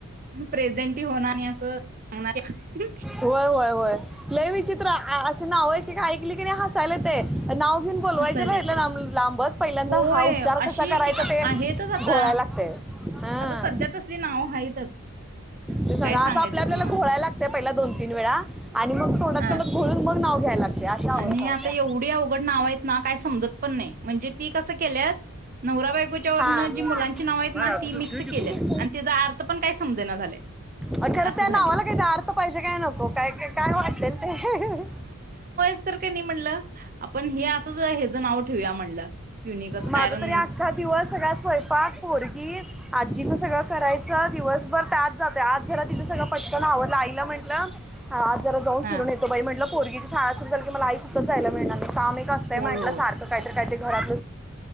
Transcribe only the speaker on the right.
प्रेझेंटी होणार नाही असं सांगणार आहे
हसायला
येतंय
होय
अशी
एक एक
आहेतच आता.
आता सध्या तसली नाव आहेतच
काय सांगायचं
तुम्हाला.
हा
आणि
आता एवढी अवघड नाव आहेत ना, काय समजत पण नाही. म्हणजे ती कसं केल्यात नवरा बायकोच्या वरन
जी मुलांची नाव आहेत
ना
ती
मिक्स
केल्यात
आणि त्याचा अर्थ पण काय समजेना झालाय
अस
झालय.
नंतर काही नाही म्हणलं आपण हे असंच आहे. नाव ठेवूया म्हणलं. युनिकच
कारण
हा
होय
होय